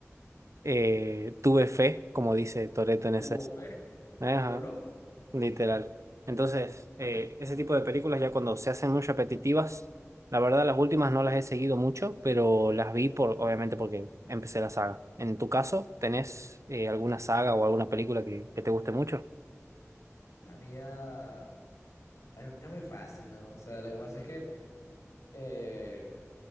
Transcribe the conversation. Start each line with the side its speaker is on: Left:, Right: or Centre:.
Right: eh, tuve fe, como dice Toretto en
Left: Tuvo
Right: ese.
Left: fe
Right: Ajá,
Left: y voló.
Right: literal. Entonces, eh, ese tipo de películas ya cuando se hacen muy repetitivas, la verdad las últimas no las he seguido mucho, pero las vi por, obviamente porque empecé la saga. En tu caso, ¿tenés eh, alguna saga o alguna película que, que te guste mucho?
Left: La mía, la mía es muy fácil, ¿no? O sea, lo que pasa es que eh,